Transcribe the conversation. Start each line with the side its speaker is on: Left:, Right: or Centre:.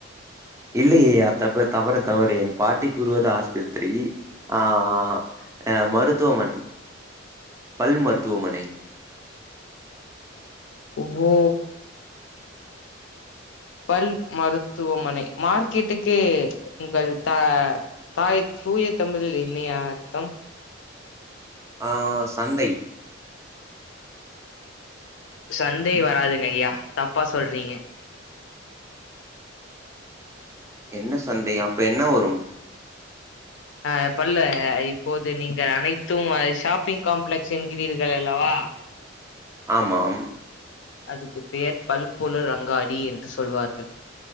Right: இல்லை ஐயா தப்பு தவறு தவறு என் பாட்டி கூறுவது ஆஸ்பத்ரி ஆ ஆ அ மருத்துவமனை பல் மருத்துவமனை
Left: ஓ பல் மருத்துவமனை மார்க்கெட்டுக்கு உங்கள் தா தாய் தூய தமிழில என்னய்யா அர்த்தம்
Right: ஆ சந்தை
Left: சந்தை வராதுங்க ஐயா தப்பா சொல்றீங்க
Right: என்ன சந்தை அப்ப என்ன வரும்
Left: ஆ பல்ல இப்போது நீங்கள் அனைத்தும் ஷாப்பிங் காம்ப்ளெக்ஸ் என்கிறீர்கள் அல்லா வா
Right: ஆமாம்
Left: அதுக்கு பெயர் பல்பொழுள் அங்காடி என்று சொல்வார்கள்